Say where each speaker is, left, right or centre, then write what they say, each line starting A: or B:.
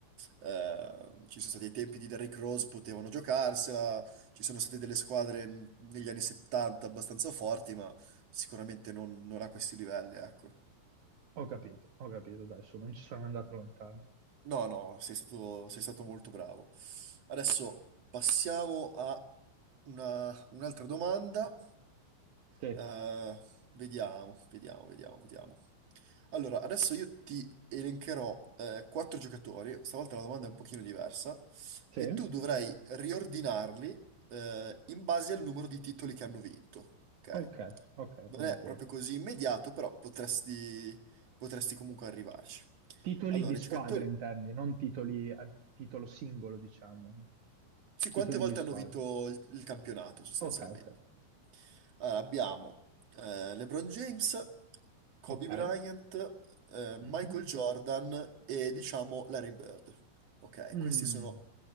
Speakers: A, on the right (about 45°); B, on the right (about 70°).
A: eh, ci sono stati i tempi di Derrick Rose, potevano giocarsela, ci sono state delle squadre n- negli anni 70 abbastanza forti, ma sicuramente non, non a questi livelli, ecco.
B: Ho capito, ho capito, adesso non ci sono andato lontano.
A: No, no, sei stato, sei stato molto bravo. Adesso passiamo a una- un'altra domanda.
B: Sì.
A: Eh, vediamo, vediamo, vediamo, vediamo. Allora, adesso io ti elencherò eh, quattro giocatori, stavolta la domanda è un pochino diversa,
B: Sì?
A: e tu dovrai riordinarli eh, in base al numero di titoli che hanno vinto, ok?
B: Ok, ok,
A: Non
B: volentieri.
A: è proprio così immediato, però potresti, potresti comunque arrivarci.
B: Titoli
A: Allora,
B: di squadra
A: i giocatori
B: intendi, non titoli a titolo singolo, diciamo.
A: Sì,
B: Titoli
A: quante volte
B: di squadra.
A: hanno vinto il, il campionato sostanzialmente?
B: Ok, ok.
A: Allora, abbiamo eh, LeBron James, Kobe
B: Ok.
A: Bryant, eh,
B: Mhm.
A: Michael Jordan e diciamo Larry Bird. Ok,
B: Mm,
A: questi sono